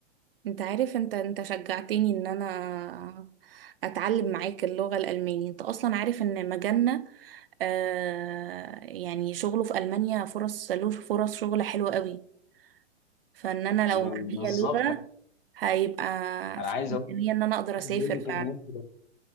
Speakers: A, on the right (about 55°); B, on the left (about 45°).
A: انت عارف انت انت شجعتني ان انا اتعلم معاك اللغة الألمانية انت اصلا عارف ان مجالنا آه يعني شغله في ألمانيا فرص له فرص شغل حلوة قوي فان انا
B: م-
A: لو معايا
B: بالظبط
A: لغة هيبقى
B: انا
A: في
B: عايز
A: امكانية
B: اقول
A: ان انا اقدر اسافر
B: لك
A: فعلا
B: إن انت